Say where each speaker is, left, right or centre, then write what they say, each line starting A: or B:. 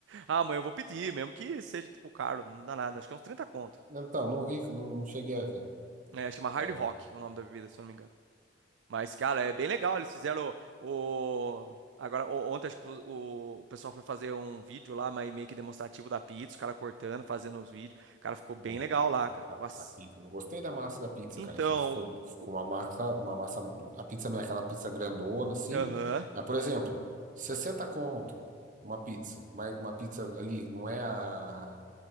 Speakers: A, on the right (about 70°); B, on the right (about 40°).
A: Ah, amanhã eu vou pedir, mesmo que seja tipo caro, não dá nada. Acho que é uns 30 conto.
B: Então, não vi, não cheguei a ver.
A: É, chama Hard
B: Pra
A: Rock
B: ver
A: o nome da bebida, se eu não me engano. Mas, cara, é bem legal. Eles fizeram o. o- Agora, o- ontem acho que o, o pessoal foi fazer um vídeo lá, mas meio que demonstrativo da pizza, os caras cortando, fazendo os vídeos. Cara, ficou bem
B: pô,
A: legal lá, cara.
B: a,
A: Nossa.
B: a pizza. Eu gostei da massa da pizza,
A: Então.
B: cara. Achei que ficou, ficou
A: o-
B: uma massa, uma massa. A pizza não é aquela pizza grandona, assim.
A: Aham.
B: Mas, por exemplo, 60 conto uma pizza. Mas Uma pizza ali, não é a.